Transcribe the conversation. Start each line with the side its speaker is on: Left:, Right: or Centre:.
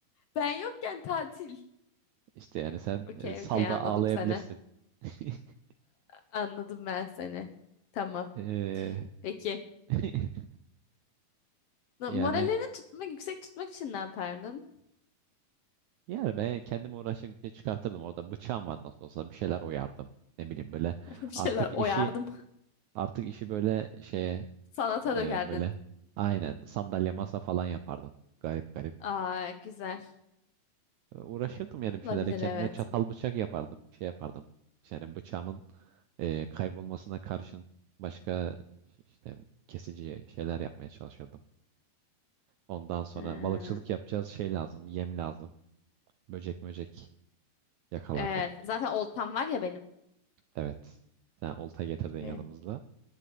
Left: ben yokken tatil.
Right: İşte yani sen
Left: Okey
Right: e, salda
Left: okey anladım
Right: ağlayabilirsin.
Left: seni.
Right: <laughs>
Left: Anladım ben seni. Tamam.
Right: Ee,
Left: Peki.
Right: <laughs>
Left: Na-
Right: yani
Left: Moralini tutmak, yüksek tutmak için ne yapardın?
Right: Yani ben kendime uğraşacak bir şey çıkartırdım. Orada bıçağım var nasıl olsa bir şeyler oyardım. Ne bileyim böyle
Left: <laughs> Bir şeyler
Right: artık işi
Left: oyardım.
Right: artık işi böyle şeye
Left: <laughs> Sanata
Right: e,
Left: dökerdin.
Right: böyle aynen sandalye masa falan yapardım. Garip garip.
Left: Aa güzel.
Right: E, Uğraşırdım yani bir
Left: Olabilir
Right: şeylerle kendime
Left: evet.
Right: çatal bıçak yapardım. Bir şey yapardım. Yani bıçağımın e, kaybolmasına karşın başka işte kesici şeyler yapmaya çalışırdım. Ondan sonra
Left: Ha,
Right: balıkçılık yapacağız şey lazım, yem lazım. Böcek möcek yakalardım.
Left: Evet. Zaten oltam var ya benim.
Right: Evet. Sen olta getirdin
Left: Ee,
Right: yanımızda.